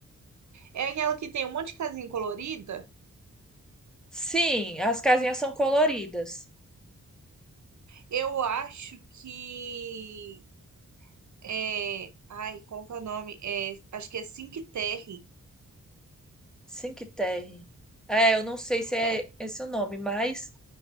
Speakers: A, on the right; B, in the centre.
A: É aquela que tem um monte de casinha colorida?
B: Sim, as casinhas são coloridas.
A: Eu acho que é, ai, como que é o nome? É, acho que é Cinque Terre.
B: Cinque Terre. É, eu não sei se é
A: É,
B: esse o nome, mas.